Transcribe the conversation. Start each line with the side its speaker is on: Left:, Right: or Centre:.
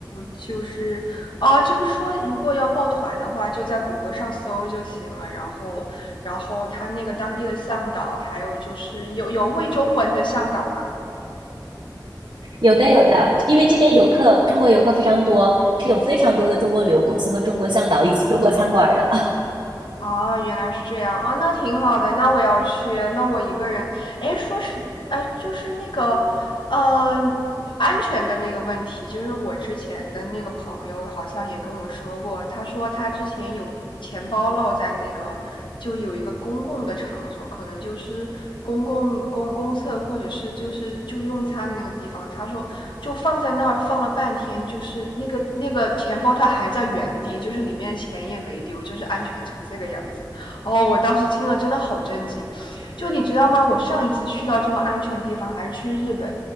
Left: 就是啊，就是说，如果要报团的话，就在谷歌上搜就行了。然后，然后他那个当地的向导，还有就是有有会中文的向导吗？
Right: 有的有的，因为这边游客，中国游客非常多，是有非常多的中国旅游公司和中国向导以及中国餐馆的。
Left: 啊，原来是这样啊，那挺好的。那我要去，那我一个人，哎，说实，呃，就是那个，呃，安全的那个问题，就是我之前的那个朋友好像也跟我说过，他说他之前有钱包落在那个，就有一个公共的场所，可能就是公共公公厕或者是就是就是用餐的那个地方，他说就放在那儿放了半天，就是那个那个钱包它还在原地，就是里面钱也没丢，就是安全成这个样子。哦，我当时听了真的好震惊。就你知道吗？我上一次去到这么安全的地方还是去日本，